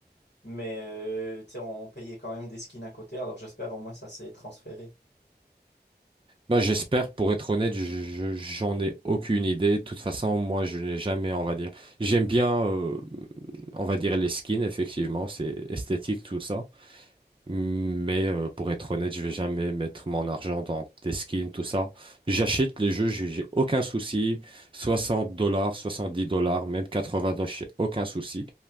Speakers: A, on the left; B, on the right.
A: mais euh, tu sais on payait quand même des skins à côté, alors j'espère au moins ça s'est transféré.
B: bah, j'espère, pour être honnête, je, je- j'en ai aucune idée. De toute façon, moi, je n'ai jamais, on va dire. J'aime bien, euh, on va dire, les skins, effectivement, c'est esthétique, tout ça. Mais euh, pour être honnête, je vais jamais mettre mon argent dans des skins, tout ça. J'achète les jeux, j'ai j'ai aucun souci. 60 dollars, 70 dollars, même 80 dollars, j'ai aucun souci.